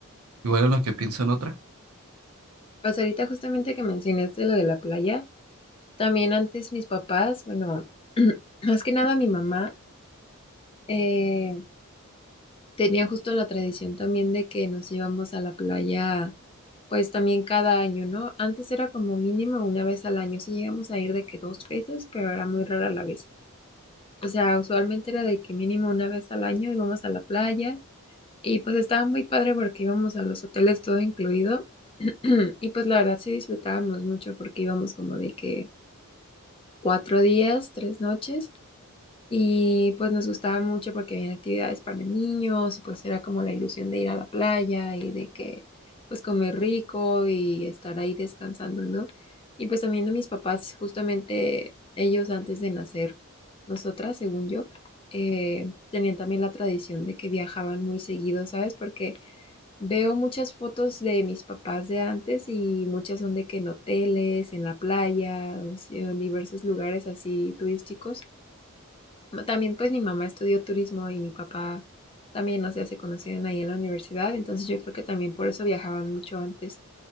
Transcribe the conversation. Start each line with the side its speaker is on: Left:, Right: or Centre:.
Right: Igual en lo que pienso en otra.
Left: Pues ahorita justamente que mencionaste lo de la playa, también antes mis papás, bueno, <clears throat> más que nada mi mamá, eh, tenía justo la tradición también de que nos íbamos a la playa, pues también cada año, ¿no? Antes era como mínimo una vez al año, sí llegamos a ir de que dos veces, pero era muy rara la vez. O sea, usualmente era de que mínimo una vez al año íbamos a la playa y pues estaba muy padre porque íbamos a los hoteles todo incluido <clears throat> y pues la verdad sí disfrutábamos mucho porque íbamos como de que cuatro días, tres noches. Y pues nos gustaba mucho porque había actividades para niños y pues era como la ilusión de ir a la playa y de que pues comer rico y estar ahí descansando, ¿no? Y pues también a mis papás, justamente ellos antes de nacer, nosotras, según yo, eh, tenían también la tradición de que viajaban muy seguido, ¿sabes? Porque veo muchas fotos de mis papás de antes y muchas son de que en hoteles, en la playa, o sea, en diversos lugares así turísticos. También pues mi mamá estudió turismo y mi papá también, o sea, se conocieron ahí en la universidad, entonces yo creo que también por eso viajaban mucho antes.